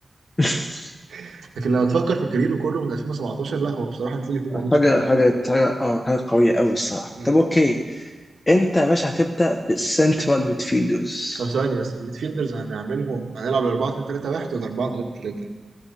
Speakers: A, on the left; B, on the right.
A: <laughs>
B: <laughs> لكن لو تفكر في كاريره كله من 2017 لا هو بصراحه المفروض يكون موجود
A: حاجه
B: في القائمه
A: حاجه حاجه اه حاجه قويه قوي الصراحه
B: مم.
A: طب اوكي انت يا باشا هتبدا بالسنترال ميدفيلدرز
B: طب ثواني بس الميدفيلدرز هنعملهم هنلعب 4 2 3 1 ولا 4 3 3